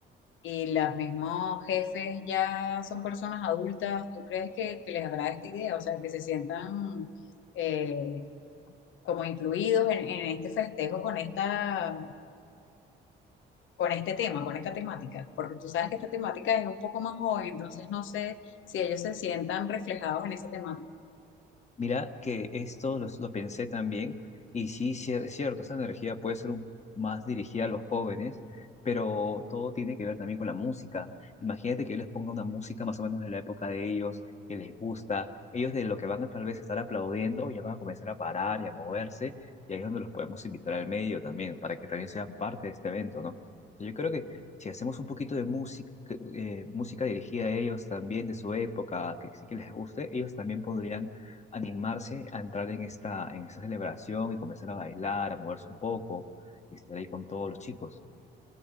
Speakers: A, on the left; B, on the left.
A: Y los mismos jefes ya son personas adultas. ¿Tú crees que, que les agrada esta idea? O sea, que se sientan eh, como incluidos en, en este festejo con esta, con este tema, con esta temática. Porque tú sabes que esta temática es un poco más joven, entonces no sé si ellos se sientan reflejados en esa temática.
B: Mira que esto los- lo, pensé también, y sí, cier- es cierto, esa energía puede ser un- más dirigida a los jóvenes, pero todo tiene que ver también con la música. Imagínate que yo les ponga una música más o menos de la época de ellos, que les gusta, ellos de lo que van a tal vez estar aplaudiendo, ya van a comenzar a parar y a moverse, y ahí es donde los podemos invitar al medio también, para que también sean parte de este evento, ¿no? Yo creo que si hacemos un poquito de música, eh, música dirigida a ellos también, de su época, que sí que les guste, ellos también podrían animarse a entrar en esta, en esta celebración y comenzar a bailar, a moverse un poco y estar ahí con todos los chicos.